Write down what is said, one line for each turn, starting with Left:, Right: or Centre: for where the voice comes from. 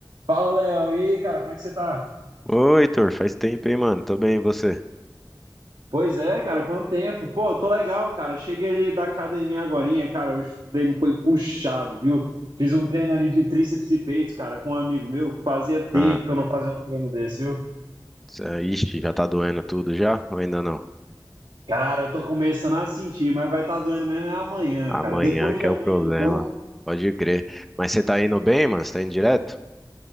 Right: Fala, Léo. E aí, cara, como é que você tá?
Centre: Oi, Heitor, faz tempo, hein, mano? Tô bem, e você?
Right: Pois é, cara, quanto tempo? Pô, tô legal, cara. Cheguei ali da academia agorinha, cara. Hoje o treino foi puxado, viu? Fiz um treino ali de tríceps e peitos, cara, com um amigo meu. Fazia tempo
Centre: Ah,
Right: que eu não fazia um treino desse, viu?
Centre: cê- ixi, já tá doendo tudo já? Ou ainda não?
Right: Cara, eu tô começando a sentir, mas vai estar doendo mesmo é amanhã,
Centre: Amanhã
Right: cara. Depois
Centre: que
Right: de
Centre: é
Right: amanhã,
Centre: o problema.
Right: então.
Centre: Pode crer. Mas você tá indo bem, mano? Você tá indo direto?